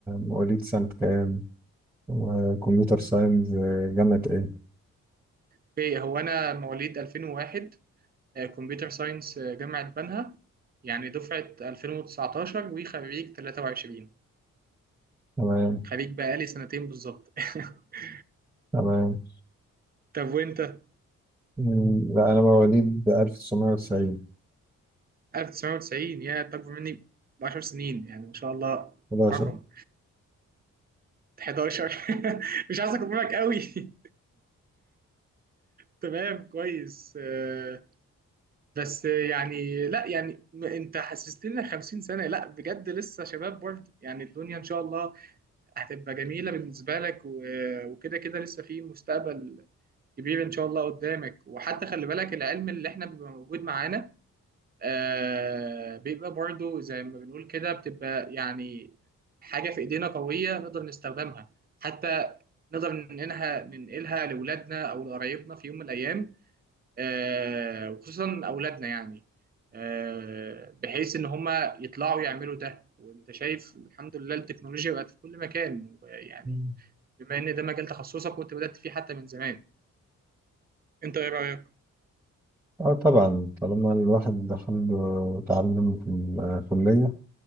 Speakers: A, in the centre; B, on the right.
A: مواليد سنة كام وكمبيوتر ساينس آه، جامعة ايه
B: اوكي هو انا مواليد 2001 كمبيوتر ساينس آه، جامعه بنها يعني دفعه 2019 وخريج 23
A: تمام
B: خريج بقالي سنتين بالظبط <laughs>
A: تمام
B: طب وانت
A: م، لا انا مواليد 1990
B: 1990 يا انت اكبر مني ب 10 سنين يعني ما شاء الله
A: 11
B: رقم 11 <laughs> مش عايز اكبر منك قوي <laughs> تمام كويس آه، بس يعني لا يعني م- انت حسستني إن 50 سنة لا بجد لسه شباب برضه يعني الدنيا ان شاء الله هتبقى جميلة بالنسبة لك و- وكده كده لسه في مستقبل كبير ان شاء الله قدامك وحتى خلي بالك العلم اللي احنا بيبقى موجود معانا آه بيبقى برضو زي ما بنقول كده بتبقى يعني حاجة في إيدينا قوية نقدر نستخدمها حتى نقدر ننقلها ننقلها لأولادنا أو لقرايبنا في يوم من الأيام آه وخصوصا أولادنا يعني آه بحيث إن هما يطلعوا يعملوا ده وأنت شايف الحمد لله التكنولوجيا بقت في كل مكان يعني
A: <laughs>
B: بما إن ده مجال تخصصك وأنت بدأت فيه حتى من زمان أنت إيه رأيك؟
A: اه طبعا طالما الواحد دخل وتعلم في الكلية